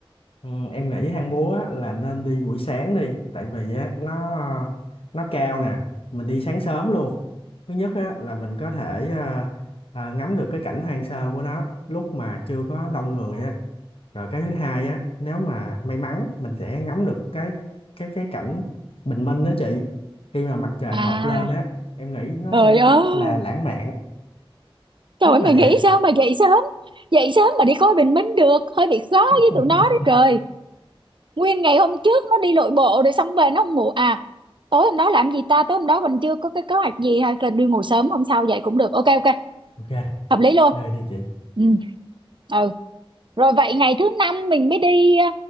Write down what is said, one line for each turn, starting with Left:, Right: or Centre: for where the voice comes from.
Left: Ừ, em nghĩ hang múa á, là nên đi buổi sáng đi tại vì á nó nó cao nè mình đi sáng sớm luôn thứ nhất á là mình có thể à, à, ngắm được cái cảnh hoang sơ của nó lúc mà chưa có đông người á rồi cái thứ hai á nếu mà may mắn mình sẽ ngắm được cái cái cái cảnh bình minh đó chị khi mà mặt trời
Right: à
Left: mọc lên á em nghĩ nó
Right: trời
Left: sẽ rất
Right: ơi
Left: là lãng mạn
Right: trời
Left: rất
Right: ơi mày
Left: là đẹp
Right: nghĩ sao mà dậy sớm dậy sớm mà đi coi bình minh được hơi bị khó
Left: <laughs>
Right: với tụi nó đó trời nguyên ngày hôm trước nó đi lội bộ rồi xong về nó không ngủ à tối hôm đó làm gì ta tối hôm đó mình chưa có cái kế hoạch gì hay là đi ngủ sớm hôm sau dậy cũng được ok ok
Left: ok
Right: hợp lý luôn
Left: đây đi chị
Right: ừ ừ rồi vậy ngày thứ năm mình mới đi ờ,